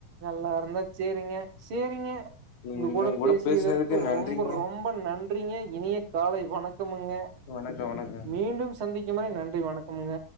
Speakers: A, on the right; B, on the left.
A: நல்லாருந்தா சேரிங்க சேரிங்க
B: சரிங்க.
A: உங்க கூட பேசியதற்கு
B: பேசுனதுக்கு நன்றிங்க.
A: ரொம்ப ரொம் ம்ப நன்றிங்க இனிய காலை வணக்கமுங்க
B: வணக்கம், வணக்கங்க.
A: மீண்டும் ச சந்திக்கும் வரை நன்றி வணக்கமுங்க